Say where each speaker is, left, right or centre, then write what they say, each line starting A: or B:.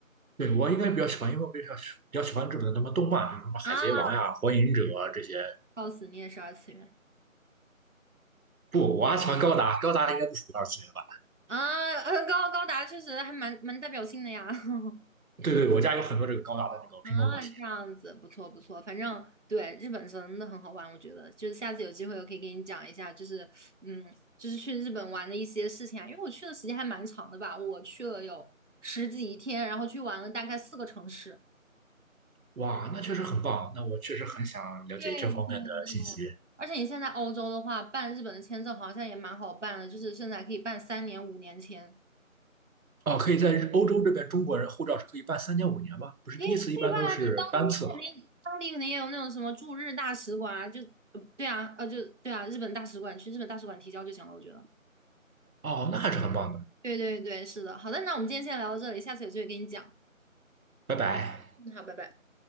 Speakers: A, on the right; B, on the right.
A: 对，我应该比较喜欢，因为我比较喜比较喜欢日本的什么动漫，比如什么《海贼王》呀、
B: 啊！
A: 《火影忍者》这些。
B: 告诉你也是二次元
A: 不，我还喜欢高达，高达应该不属于二次元吧？
B: 啊，呃高高达确实还蛮蛮代表性的呀。<laughs>
A: 对对，我家有很多这个高达的那个拼装模型。
B: 啊，这样子不错不错，反正对日本真的很好玩，我觉得就是下次有机会我可以给你讲一下，就是嗯，就是去日本玩的一些事情啊，因为我去的时间还蛮长的吧，我去了有十几天，然后去玩了大概四个城市。
A: 哇，那确实很棒，那我确实很想了解这方面的信息。
B: 对对对，而且你现在欧洲的话，办日本的签证好像也蛮好办的，就是甚至还可以办三年、五年签。
A: 哦，可以在日欧洲这边，中国人护照是可以办三年、五年吗？不是第一次一般都是单次吗？
B: 也对吧？你当地肯定，当地肯定也有那种什么驻日大使馆啊，就呃对啊，呃就对啊，日本大使馆去日本大使馆提交就行了，我觉得。
A: 哦，那还是很棒的。
B: 对对对，是的。好的，那我们今天先聊到这里，下次有机会跟你讲。
A: 拜拜。
B: 嗯好，拜拜。